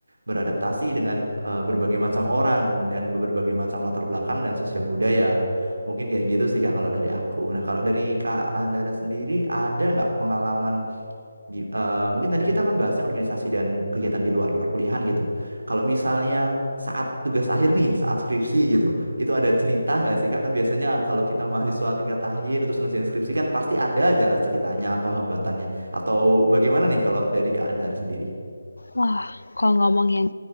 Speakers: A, on the right (about 70°); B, on the left (about 80°).
A: beradaptasi dengan eh, berbagai macam orang dan berbagai macam latar belakang dan sosial budaya. Mungkin kayak gitu sih Kak kalau dari aku. Nah, kalau dari Kak Andara sendiri ada nggak pengalaman di, eh, mungkin tadi kita kan bahasnya organisasi dan kegiatan di luar perkuliahan gitu. Kalau misalnya saat tugas akhir nih, saat skripsi gitu, itu ada cerita nggak sih Kak? Kan biasanya kalau kita mahasiswa tingkat akhir terus ngerjain skripsi kan pasti ada aja lah ceritanya atau hambatannya. Atau bagaimana nih kalau dari Kak Andar sendiri?
B: Wah, kalau ngomongin